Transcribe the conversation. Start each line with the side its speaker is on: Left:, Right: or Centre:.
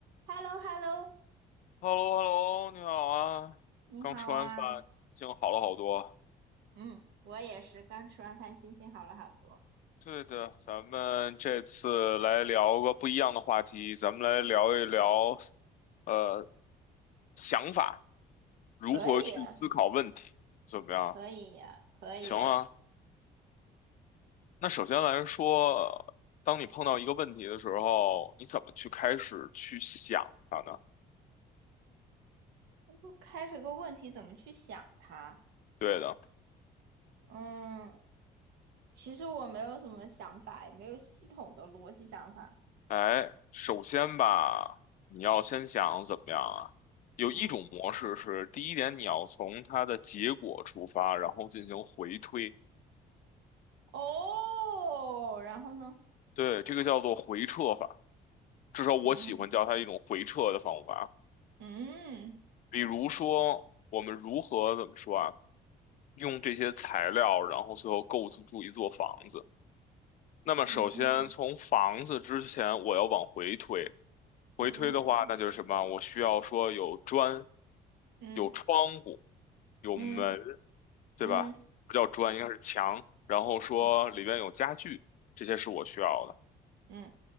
Right: h e l l o h e l l o
Left: h e l l o h e l l o 你好啊，
Right: 你好啊。
Left: 刚吃完饭，心情好了好多。
Right: 嗯，我也是，刚吃完饭，心情好了好多。
Left: 对的，咱们这次来聊个不一样的话题，咱们来聊一聊，呃，想法，如何去思考问题，
Right: 可以啊，
Left: 怎么样？
Right: 可以呀，可以呀。
Left: 行啊。那首先来说，当你碰到一个问题的时候，你怎么去开始去想它呢？
Right: 我不开始个问题，怎么去想它？
Left: 对的。
Right: 嗯，其实我没有什么想法，也没有系统的逻辑想法。
Left: 哎，首先吧，你要先想怎么样啊？有一种模式是，
Right: 嗯，
Left: 第一点你要从它的结果出发，然后进行回推，
Right: 哦，然后呢？
Left: 对，这个叫做回撤法，至少我喜欢叫它一种回撤的方法。
Right: 嗯嗯
Left: 比如说，我们如何怎么说啊？用这些材料，然后最后构筑住一座房子。那么，首先从房子之前，
Right: 嗯
Left: 我要往回推，回推的话，
Right: 嗯
Left: 那就是什么？我需要说有砖、
Right: 嗯
Left: 有窗户、有门，
Right: 嗯
Left: 对吧？
Right: 嗯嗯
Left: 不叫砖，应该是墙。然后说里边有家具，
Right: 嗯
Left: 这些是我需要的。
Right: 嗯，